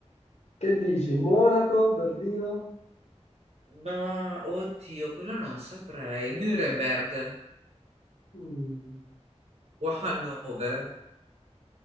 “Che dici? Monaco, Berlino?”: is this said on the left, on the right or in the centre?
Left